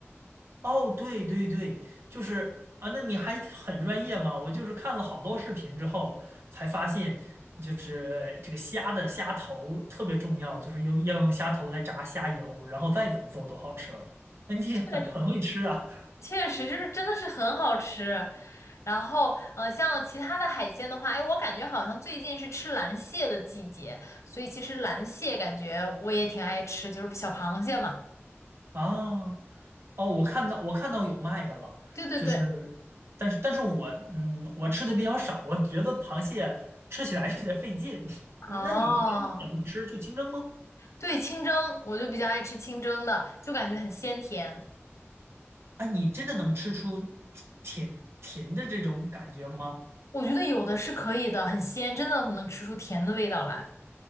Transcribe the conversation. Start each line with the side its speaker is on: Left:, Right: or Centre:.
Right: 哦，对对对，就是啊，那你还很专业嘛？我就是看了好多视频之后才发现，就是这个虾的虾头特别重要，就是用要用虾头来炸虾油，然后再怎么做都好吃了。那你挺很很会吃啊
Left: 确实是。确实，就是真的是很好吃。然后，呃，像其他的海鲜的话，哎，我感觉好像最近是吃蓝蟹的季节，所以其实蓝蟹感觉我也挺爱吃，就是小螃蟹嘛。
Right: 啊！哦哦，我看到我看到有卖的了，
Left: 对对对，
Right: 就是，但是但是我嗯，我吃的比较少，我觉得螃蟹吃起来有点费劲。<laughs>
Left: 哦，
Right: 那你一般怎么吃？就清蒸吗？
Left: 对，清蒸，我就比较爱吃清蒸的，就感觉很鲜甜。
Right: 啊，你真的能吃出甜甜的这种感觉吗？
Left: 我觉得有的是可以的，很鲜，真的能吃出甜的味道来。